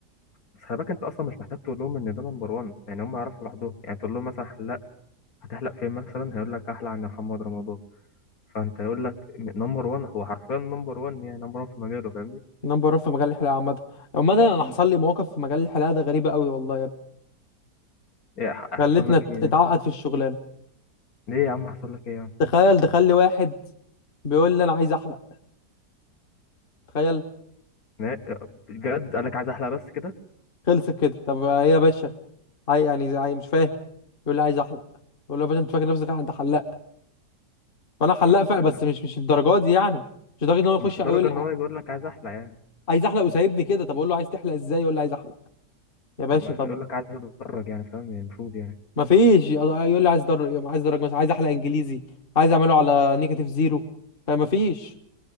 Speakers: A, on the left; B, on the left.
A: بس خلي بالك انت اصلا مش محتاج تقول لهم ان ده نمبر 1 يعني هم يعرفوا لوحدهم يعني تقول لهم مثلا حلاق هتحلق فين مثلا هيقول لك احلق عند محمد رمضان فانت يقول لك نمبر 1 هو حرفيا نمبر 1 يعني نمبر 1 في مجاله فاهمني
B: نمبر 1 في مجال الحلاقه عامه عامه انا حصل لي مواقف في مجال الحلاقه ده غريبه قوي والله يا ابني
A: ايه ح- حصل
B: خلتنا
A: لك
B: ات-
A: ايه
B: اتعقد
A: يعني
B: في الشغلانه
A: ليه يا عم حصل لك ايه يعني
B: تخيل دخل لي واحد بيقول لي انا عايز احلق تخيل
A: لا، بجد قال لك عايز احلى بس كده
B: خلصت كده طب ايه يا باشا عاي يعني عاي مش فاهم يقول لي عايز احلق يقول له يا باشا انت فاكر نفسك انت حلاق فانا حلاق
A: اه
B: فعلا بس
A: ده
B: مش مش الدرجات دي يعني مش لدرجه ان هو يخش
A: مش درجه
B: يقول لي
A: ان هو يجي يقول لك عايز احلى يعني
B: عايز احلق وسايبني كده طب اقول له عايز تحلق ازاي يقول لي عايز احلق يا باشا
A: لا، ما- يقول
B: طب
A: لك عايز اتدرج يعني فاهم يعني المفروض يعني
B: ما فيش يقول لي عايز درج عايز درج مثلا عايز احلق انجليزي عايز اعمله على نيجاتيف زيرو فما فيش